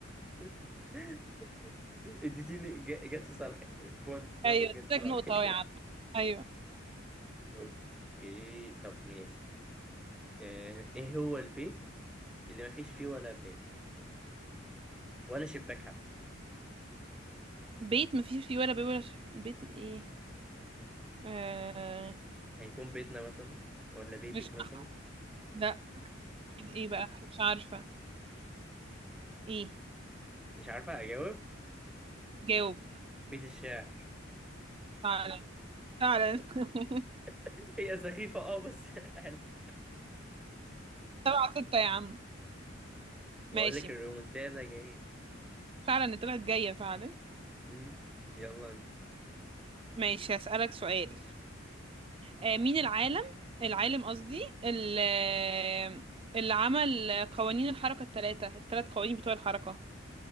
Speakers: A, in the centre; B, on the right.
A: <laughs> اديتيني ج- جت في صالحي بوند بوند
B: ايوه
A: جت
B: اديتك
A: في صالحي
B: نقطة اهو يا عم ايوه
A: <laughs> اوكي طب ماشي آه، ايه هو البيت اللي ما فيش فيه ولا باب ولا شباك حتى
B: بيت مفيش فيه ولا بي ولا ش... بيت ايه آه...
A: هيكون بيتنا مثلا ولا بيتك
B: مش
A: مثلا
B: لا أكيد إيه بقى مش عارفة إيه
A: <laughs> مش عارفة اجاوب
B: جاوب
A: بيت الشعر
B: فعلا فعلا <laughs>
A: <laughs> هي سخيفة اه بس <laughs> حلو
B: سبعة ستة يا عم
A: بقول
B: ماشي
A: لك الريمونتادا جاية
B: فعلا طلعت جاية فعلا
A: مم. يلا انت
B: ماشي هسألك سؤال آه مين العالم العالم قصدي ال- آه، اللي عمل قوانين الحركة الثلاثة الثلاث قوانين بتوع الحركة